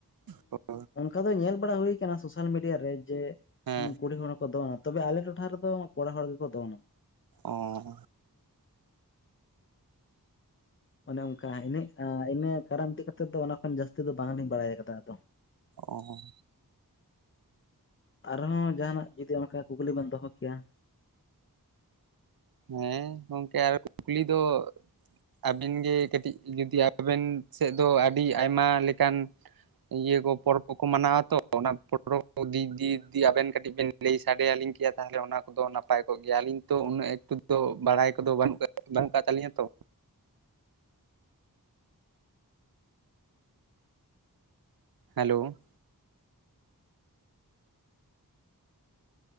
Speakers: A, on the right; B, on the left.
A: ᱦᱳᱭ
B: ᱚᱱᱠᱟ ᱫᱚ ᱧᱮᱞ ᱵᱟᱲᱟ ᱦᱩᱭ ᱠᱟᱱᱟ ᱥᱳᱥᱟᱞ ᱢᱤᱰᱤᱭᱟ ᱨᱮ ᱡᱮ
A: ᱦᱮᱸ
B: ᱠᱩᱲᱤ ᱦᱚᱲ ᱦᱚᱠᱚ ᱫᱚᱱᱟ ᱛᱚᱵᱮ ᱟᱞᱮ ᱴᱚᱴᱷᱟ ᱨᱮᱫᱚ ᱠᱚᱲᱟ ᱦᱚᱲ ᱜᱮᱠᱚ ᱫᱚᱱᱟ᱾
A: ᱚᱻ
B: ᱚᱱᱮ ᱚᱱᱠᱟ ᱤᱱᱟ ᱤᱱᱟ ᱠᱟᱨᱟᱢ ᱤᱫᱤ ᱠᱟᱛᱮ ᱫᱚ ᱚᱱᱟ ᱠᱷᱚᱱ ᱡᱟᱹᱥᱛᱤ ᱫᱚ ᱵᱟᱝᱞᱤᱧ ᱵᱟᱲᱟᱭ ᱠᱟᱫᱟ ᱟᱫᱚ᱾
A: ᱚ᱾
B: ᱟᱨᱦᱚᱸ ᱡᱟᱦᱟᱱᱟᱜ ᱡᱩᱫᱤ ᱚᱱᱠᱟ ᱠᱩᱠᱞᱤ ᱵᱮᱱ ᱫᱚᱦᱚ ᱠᱮᱭᱟ?
A: ᱦᱮᱸ ᱜᱚᱝᱠᱮ ᱟᱨ ᱠᱩᱠᱞᱤ ᱫᱚ ᱟᱵᱮᱱ ᱜᱮ ᱠᱟᱹᱴᱤᱡ ᱡᱩᱫᱤ ᱟᱵᱮᱱ ᱥᱮᱫ ᱫᱚ ᱟᱹᱰᱤ ᱟᱭᱢᱟ ᱞᱮᱠᱟᱱ ᱤᱭᱟᱹ ᱠᱚ ᱯᱚᱨᱚᱵᱽ ᱠᱚᱠᱚ ᱢᱟᱱᱟᱣᱟ ᱛᱚ ᱚᱱᱟ ᱯᱚᱨᱚᱵᱽ ᱠᱚ ᱫᱤᱠ ᱫᱤᱭ ᱟᱵᱮᱱ ᱠᱟᱹᱴᱤᱡ ᱵᱮᱱ ᱞᱟᱹᱭ ᱥᱟᱰᱮ ᱟᱹᱞᱤᱧ ᱠᱮᱭᱟ ᱛᱟᱦᱚᱞᱮ ᱚᱱᱟ ᱠᱚᱫᱚ ᱱᱟᱯᱟᱭ ᱠᱚᱜ ᱜᱮᱭᱟ ᱟᱹᱞᱤᱧ ᱛᱚ ᱩᱱᱟᱹᱜ ᱫᱚ ᱵᱟᱲᱟᱭ ᱠᱚᱫᱚ ᱵᱟᱹᱱᱩᱜ ᱵᱟᱹᱱᱩᱜ ᱠᱟᱜ ᱛᱟᱹᱞᱤᱧᱟ ᱛᱚ᱾ Hello,